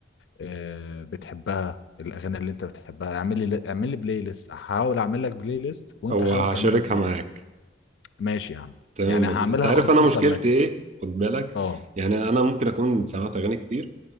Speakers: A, on the left; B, on the right.
A: آه، بتحبها الاغاني اللي انت بتحبها اعمل لي اعمل لي بلاي ليست هحاول اعمل لك بلاي ليست وانت
B: او
A: حاول تعمل
B: هشاركها
A: لي بلاي
B: معاك
A: ليست ماشي يا عم
B: تمام
A: يعني
B: مظبوط
A: هعملها
B: انت عارف
A: خصيصا
B: انا مشكلتي
A: لك
B: ايه خد بالك
A: اه
B: يعني انا ممكن اكون سمعت اغاني كتير